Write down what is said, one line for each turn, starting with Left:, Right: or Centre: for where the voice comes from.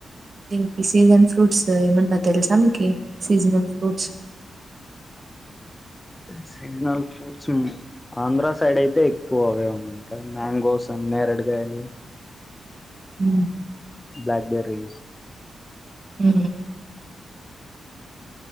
Right: దీనికి సీజన్ ఫ్రూట్స్ ఏమన్నా న్న తెలుసా మీకి సీజనల్ ఫ్రూట్స్
Left: అయితే సీజనల్ ఫ్రూట్స్ ఆంధ్ర సైడ్ అయితే ఎక్కువ అవే ఉంటయి మ్యాంగోస్ నేరేడు కాయలు
Right: హు
Left: బ్లాక్ బెర్రీ
Right: ఉ